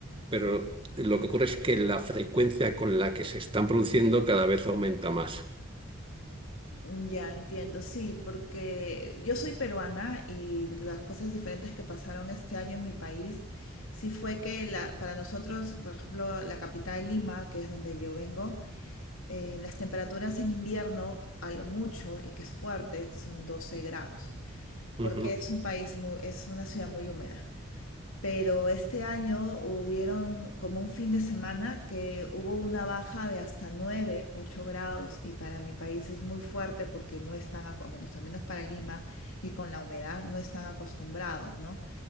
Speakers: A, on the right; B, on the left.
A: pero lo que ocurre es que la frecuencia con la que se están produciendo cada vez aumenta más.
B: Mm, Ya entiendo, sí, porque yo soy peruana y las cosas diferentes que pasaron este año en mi país, sí fue que la, para nosotros, por ejemplo, la capital Lima, que es donde yo vengo, eh, las temperaturas en invierno, a lo mucho, y que es fuerte, son 12 grados,
A: Ujú.
B: porque es un país muy, es una ciudad muy húmeda. Pero este año hubieron como un fin de semana que hubo una baja de hasta 9 8 grados, y para mi país es muy fuerte porque no están, aco- bueno, al menos para Lima, y con la humedad no están acostumbrados, ¿no?